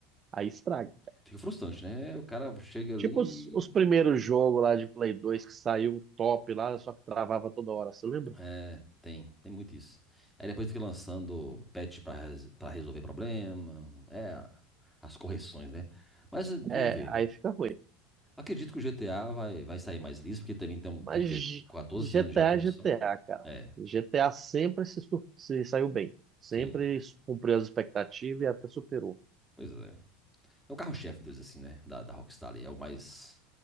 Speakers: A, on the right (about 35°); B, in the centre.
A: aí estraga.
B: Fica frustrante, né? O cara chega ali.
A: Tipo os, os
B: e-
A: primeiros jogos lá de Play 2 que saiu top lá, só que travava toda hora, você lembra?
B: É, tem, tem muito isso. Aí depois fica lançando patch pra, res- pra resolver problema. É, as correções, né? Mas eh, vamos
A: É,
B: ver.
A: aí
B: né?
A: fica ruim.
B: Acredito que o GTA vai, vai sair mais liso, porque também tem, um-
A: Mas
B: tem o quê?
A: GTA
B: 14 anos já a produção.
A: é GTA, cara.
B: É,
A: GTA sempre se, sur- se saiu bem. Sempre
B: sim.
A: cumpriu as expectativas e até superou.
B: Pois é. É o carro-chefe deles, assim, né? Da, da Rockstar ali. É o mais,